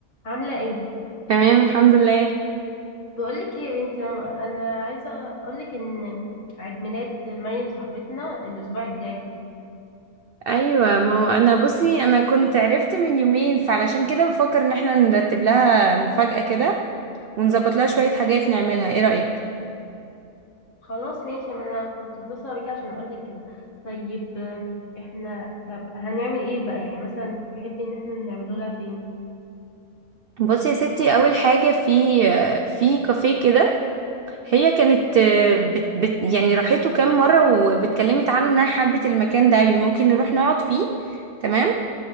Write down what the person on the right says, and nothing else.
تمام الحمد لله
ايوه ما هو انا بصي انا كنت عرفت من يومين فعلشان كده بفكر ان احنا نرتب لها مفاجأة كده ونظبط لها شوية حاجات نعملها ايه رأيك
بصي يا ستي اول حاجة في في كافيه كده هي كانت بت بت يعني راحته كام مرة واتكلمت عنه انها حبت المكان ده أوي ممكن نروح نقعد فيه تمام